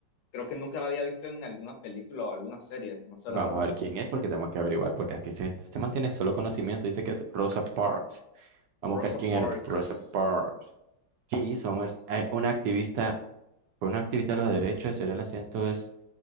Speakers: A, on the left; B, on the right.
A: Creo que nunca la había visto en alguna película o alguna serie, no sé
B: Vamos
A: la verdad.
B: a ver quién es porque tenemos que averiguar, porque aquí se, se mantiene solo conocimiento. Dice que es Rosa Parks. Vamos
A: Rosa
B: a buscar quién
A: Parks,
B: era Rosa Parks. ¿Qué hizo? Vamos
A: o sea,
B: a ver. Eh, una activista, fue una activista de los derechos de ser el asiento es,